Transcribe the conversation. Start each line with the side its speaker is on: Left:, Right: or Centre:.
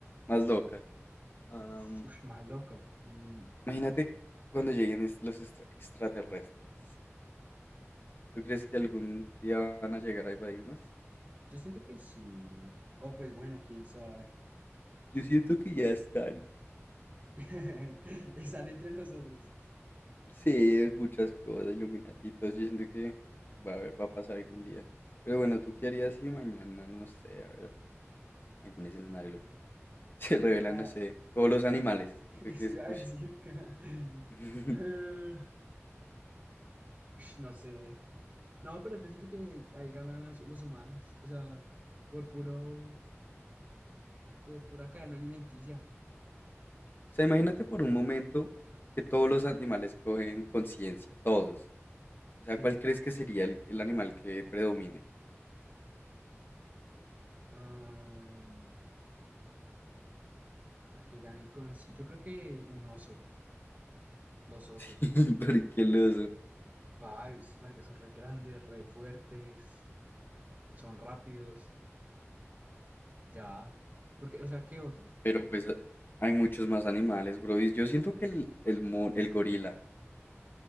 Left: más loca. Am,
Right: Es- Uy, más loca. Mm,
Left: imagínate cuando lleguen es- los extra- extraterrestres. ¿Tú crees que algún día van a llegar a invadirnos?
Right: yo siento que sí. O pues bueno, quién sabe.
Left: Yo siento que ya están.
Right: <laughs> Están entre nosotros.
Left: Sí, es muchas cosas, iluminatitos, yo siento que va a, haber- va a pasar algún día. Pero bueno, ¿tú qué harías si mañana, no sé, a ver, algún escenario loco? <laughs> Se revelan,
Right: Ah,
Left: no sé, todos los animales.
Right: <laughs>
Left: ¿Tú qué
Right: eso
Left: crees
Right: iba
Left: que...?
Right: a decir.
Left: ush?
Right: <laughs>
Left: <laughs>
Right: Eh, ush, no sé. No, pero yo siento que ahí ganan las- los humanos, o sea, por puro, por pura cadena alimenticia.
Left: O sea, imagínate por un momento que todos los animales cogen conciencia, todos. O
Right: Sí.
Left: sea, ¿cuál crees que sería el, el animal que predomine?
Right: Am, a que ganen con... sí, Yo creo que un oso, los osos.
Left: <laughs> Porque los...
Right: Pa, esos maricas son re grandes, re fuertes, son rápidos, ya. Porque, o sea, ¿qué otro?
Left: Pero pues hay muchos más animales, bro. Y yo siento que el, el, mon- el gorila,